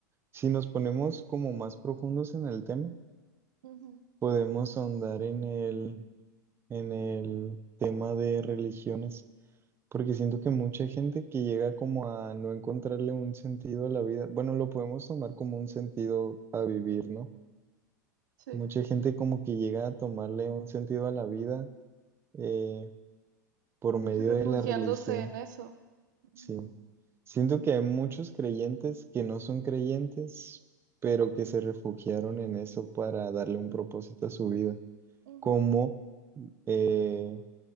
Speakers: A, on the right; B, on the right.
A: Si nos ponemos como más profundos en el tema,
B: Ujú,
A: podemos ahondar en el, en el tema de religiones. Porque siento que mucha gente que llega como a no encontrarle un sentido a la vida, bueno, lo podemos tomar como un sentido a vivir, ¿no?
B: Sí.
A: Mucha gente como que llega a tomarle un sentido a la vida eh, por medio
B: refugiándose
A: de la religión,
B: en eso. Ujú,
A: sí. Siento que hay muchos creyentes que no son creyentes, pero que se refugiaron en eso para darle un propósito a su vida,
B: ujú.
A: como eh,